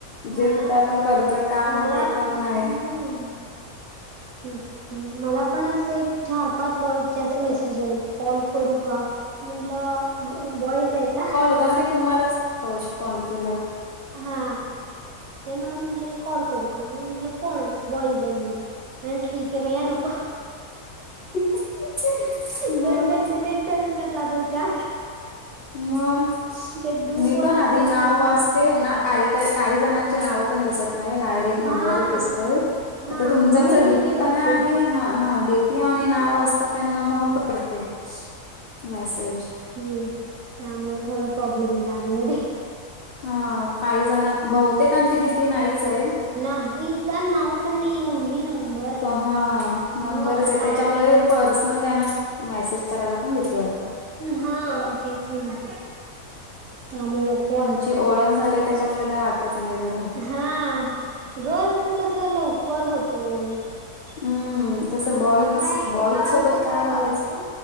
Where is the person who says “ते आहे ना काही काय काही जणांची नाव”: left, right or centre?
Left